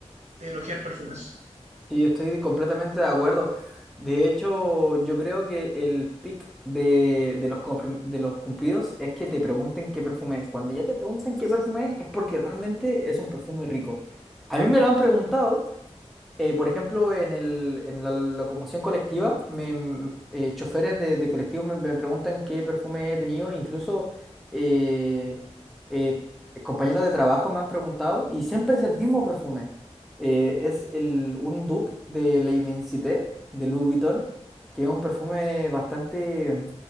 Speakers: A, on the right; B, in the centre.
A: de elogiar perfumes.
B: Sí, estoy completamente de acuerdo. De hecho, yo creo que el pick de, de los, compli- de los cumplidos es que te pregunten qué perfume es. Cuando ya te pregunten qué perfume es, es porque realmente es un perfume rico. A mí me lo han preguntado Eh, por ejemplo, en el, en la locomoción colectiva, me, m- eh, choferes de, de colectivos me, me preguntan qué perfume he tenido, incluso eh, eh, compañeros de trabajo me han preguntado y siempre es el mismo perfume. Eh, es el, un dupe de Le Immensité, de Louis Vuitton, que es un perfume bastante mm,